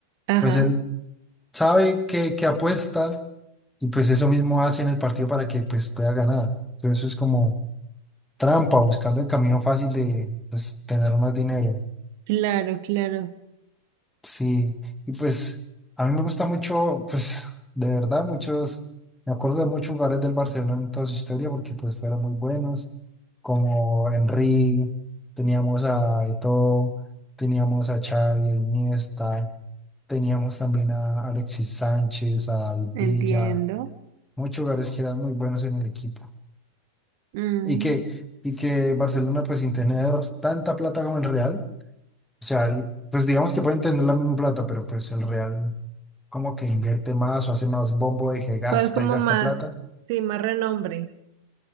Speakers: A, on the right; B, in the centre.
A: Ajá,
B: pues él sabe que, que apuesta y pues eso mismo hace en el partido para que pues pueda ganar. Entonces es como trampa, buscando el camino fácil de pues, tener más dinero.
A: claro, claro,
B: Sí, y pues a mí me gusta mucho, pues de verdad, muchos, me acuerdo de muchos jugadores del Barcelona en toda su historia porque pues fueron muy buenos, como Henry, teníamos a Eto'o, teníamos a Xavi, a Iniesta, teníamos también a Alexis Sánchez, a David
A: entiendo.
B: Villa, muchos jugadores que eran muy buenos en el equipo.
A: Mm,
B: Y que, y que Barcelona pues sin tener tanta plata como el Real, O sea, el- pues digamos que pueden tener la misma plata, pero pues el Real como que invierte más o hace más bombo de que gasta
A: Pues como
B: y gasta
A: más,
B: plata.
A: sí, más renombre.